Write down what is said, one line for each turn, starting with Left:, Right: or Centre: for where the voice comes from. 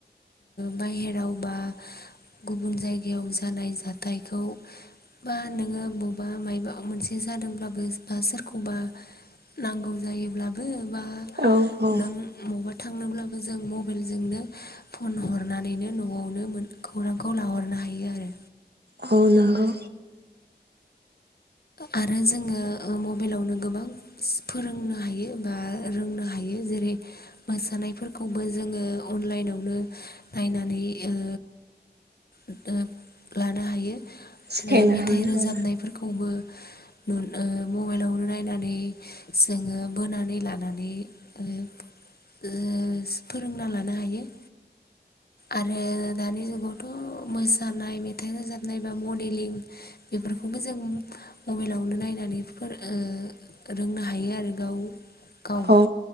Left: बाहेराव बा गुबुन जायगायाव जानाय जाथायखौ बा नोङो बबेबा मायबा मोनसे जादोंब्लाबो बा सोरखौबा नांगौ जायोब्लाबो बा
Right: औ औ
Left: नों बबावबा थांनोब्लाबो जों मबाइलजोंनो फन हरनानैनो न'आवनो मोन खौरांखौ लाहरनो हायो आरो।
Right: औ नोंगौ।
Left: आरो जोङो मबाइलावनो गोबां फोरोंनो हायो बा रोंनो हायो जेरै मोसानायफोरखौबो जोङो अनलाइनावनो नायनानै ओ ओ लानो हायो
Right: सिखायनो
Left: आरो मेथाइ
Right: हायो
Left: रोजाबनाय
Right: औ
Left: फोरफोरखौबो नु ओ मबाइलावनो नायनानै जोङो बोनानै लानानै ओ ओ फोरोंना लानो हायो ओ आरो दानि जुगाव थ' मोसानाय मेथाइ रोजाबनाय बा मडेलिं बेफोरखौबो जों मबाइलावनो नायनानै फोरों ओ रोंनो हायो आरो गाव गाव
Right: औ